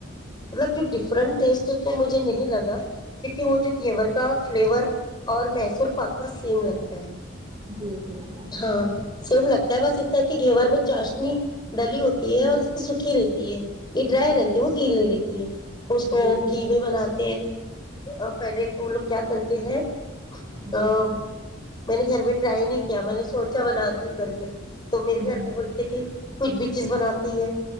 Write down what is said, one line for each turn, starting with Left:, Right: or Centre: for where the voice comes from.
Left: مطلب جو ڈفرنٹ ٹیسٹ ہے تو مجھے نہیں لگا کیونکہ وہ جو گھیور کا فلیور اور میسور پکنا سیم لگتا ہے
Right: جی جی جی
Left: ہاں سیم لگتا ہے بس اتنا کہ گھیور میں چاشنی دلی ہوتی ہے اور اس کی سوکھی رہتی ہے یہ ڈرائی
Right: جی
Left: رہتی ہے وہ گھی لے رہتی ہے اس کو
Right: جی جی
Left: گھی میں بناتے ہیں پہلے تو وہ لوگ کیا کرتے ہیں
Right: جی
Left: ا میں نے گھر میں ٹرائی نہیں کیا میں نے سوچا بناتی ہوں کر کے تو میرے
Right: ہوں
Left: گھر میں بولتی کہ کچھ بھی چیز بناتی ہے